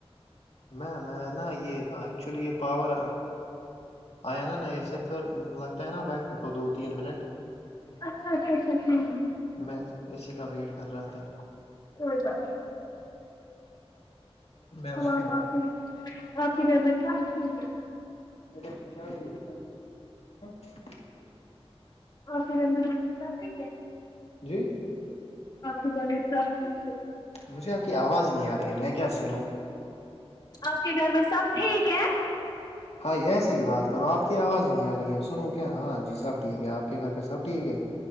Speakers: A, on the left; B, on the left.
A: میں میں ن یہ ایکچولی یہ پاور آیا نا نہیں ایے پھر لگ نا وائف میں کو دو تین منٹ
B: اچھا اچھا اچھا ٹھیک ہے،
A: میں اسی کا ویٹ کر رہا تھا
B: کوئی بات نہیں
A: میں اس
B: رک میں ٹھیک ہے
A: ایڈیکش
B: آ پ ٹھیک ہے
A: جی
B: آپ سبیک
A: مجھے آپ کی آواز ہی نہیں آ رہی ہے میں کیا سنوں
B: آپ کے گھر میں سب ٹھیک ہے ہاں
A: ہاں یہسے ہی بات کرو آپ کی آواز نہیں آ رہی ہے سنو کیا ہاں جی سب ٹھیک ہے آپ کے گھر پہ سب ٹھیک ہے